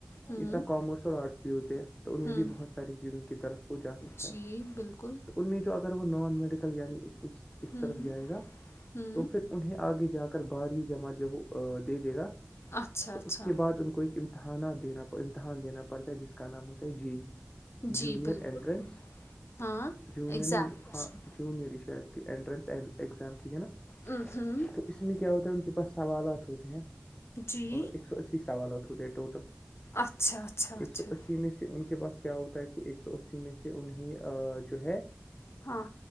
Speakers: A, on the left (about 60°); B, on the left (about 20°).
A: ہوں
B: جیسر کامرس اور آرٹس بھی ہوتے ہیں تو ان میں
A: ہوں
B: بھی بہت ساری چیزوں کی طرف وہ جا سکتا ہے
A: جی بالکل
B: تو ان میں جو اگر وہ نان میڈیکل یعنی اس
A: ہوں،
B: طرف جائے گا
A: ہوں۔
B: تو پھر انہیں آگے جا کر بارہویں جماعت جب وہ دے دے گا
A: اچھا،
B: تو
A: اچھا،
B: اس کے بعد ان کو ایک امتحانات دینا امتحان دینا پڑتا ہے جس کو کراموں ت جی
A: جی
B: جنیئر
A: بالکل،
B: اینٹرنس
A: ہاں،
B: جوئر
A: ایگزامینیشن،
B: نہیں جوئر ہی شایدٹن ایگزام ٹھیک ہے نا
A: اوں ہوں
B: تو اس میں کیا ہوتا ہے ان کے پاس سوالات ہوتے ہیں
A: جی،
B: ایک سو اسی سوالات ہوتے ہیں ٹوٹل
A: اچھا، اچھا،
B: ایک
A: اچھا،
B: سو اسی میں سے ان کے پاس کیا ہوتا ہے کہ ایک سو اسی میں سے انہیں جو ہے
A: ہاں،